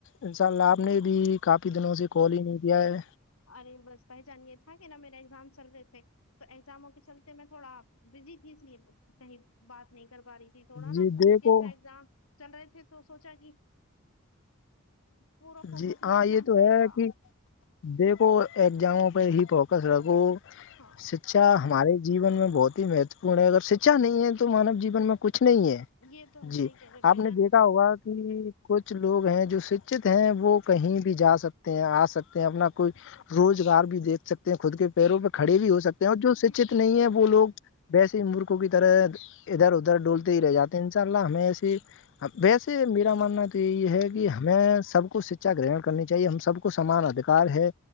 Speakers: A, on the left; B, on the left.
A: ان شاء اللہ آپ نے
B: ہاں
A: بھی کافی دنوں سے کال ہی نہیں کیا ہے
B: ارے بس پہچان یہ تھا کہ نا میرا ایگزام چل رہے تھے تو ایگزاموں کے چلتے میں تھوڑا بزی تھی اس لیے کہیں بات نہیں کر پا رہی تھی تھوڑا
A: جی
B: نا
A: دیکھو
B: یہ تھا ایگزام چل رہے تھے تو سوچا کی پورا فوکس
A: جی ہاں
B: نزامس
A: یہ تو
B: پہ
A: ہے
B: تھا
A: کہ دیکھو ایگزاموں پہ ہی فوکس رگو
B: ہاں
A: شکچھا ہمارے جیون میں بہت ہی مہتوپورن ہے اگر شکچھا نہیں ہے تو مانو جین میں کچھ نہیں ہے
B: یہ تو
A: جی
B: صحیح کہہ رہے
A: آپ
B: بھائی
A: نے
B: جان
A: دیکھا ہوگا کہ کچھ لوگ ہیں جو شکچت وہ کہیں بھی جا سکتے ہیں آ سکتے ہیں اپنا کوئی روزگار بھی دیکھ سکتے ہیں خود کے پیروں پہ کھڑے بھی ہو سکتے ہیں اور جو
B: جی
A: شکچت نہیں ہے وہ لوگ ویسے ہی مورخوں کی طرح ادھر ادھر ڈولتے ہی رہ جاتے ہیں انشاء اللہ ہمیں ایسے ویسے میرا ماننا تو یہ ہے کہ ہمیں سب کو شکچھا گرہن کرنی چاہیے ہم سب کو سمان ادھار ہے